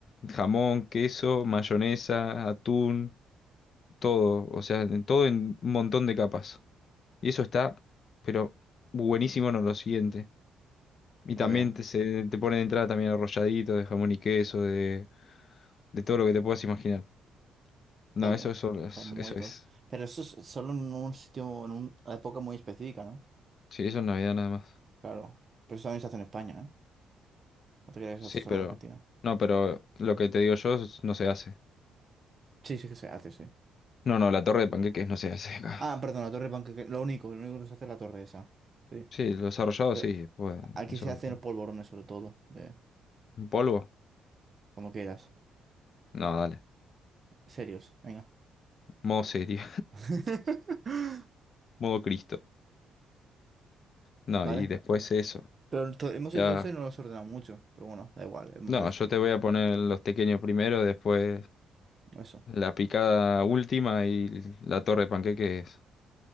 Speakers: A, on the left; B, on the right.
A: jamón, queso, mayonesa, atún, todo. O sea, en- todo en un montón de capas. Y eso está, pero buenísimo en lo siguiente. Y
B: está
A: también
B: bien,
A: te, se, te ponen de entrada también arrolladito de jamón y queso, de, de todo lo que te puedas imaginar.
B: está
A: No,
B: bien.
A: eso, eso, es-
B: Está muy
A: eso
B: todo.
A: es.
B: Pero eso es solo en un sitio, en una época muy específica, ¿no?
A: Sí, eso es Navidad nada más.
B: Claro. Pero eso también se hace en España, ¿eh? No te creas que
A: Sí,
B: se hace solo
A: pero...
B: en Argentina.
A: No, pero lo que te digo yo es- no se hace.
B: Sí, sí que se hace, sí.
A: No, no, la torre de panqueques no se hace acá.
B: Ah, perdón, la torre panqueque. Lo único, lo único que se hace es la torre esa. Sí.
A: Sí, los arrollados
B: Pero
A: sí, pues
B: aquí
A: eso.
B: se hacen los polvorones, sobre todo. De,
A: ¿Un polvo?
B: como quieras.
A: No, dale.
B: Serios, venga.
A: Modo serio,
B: <laughs>
A: <laughs> modo Cristo. No,
B: Vale.
A: y después eso.
B: Pero to- hemos
A: Ya...
B: hecho eso y no lo hemos ordenado mucho. Pero bueno, da igual. Hemos
A: No, yo te voy a poner los pequeños primero, después
B: Eso.
A: la picada última y la torre de panqueques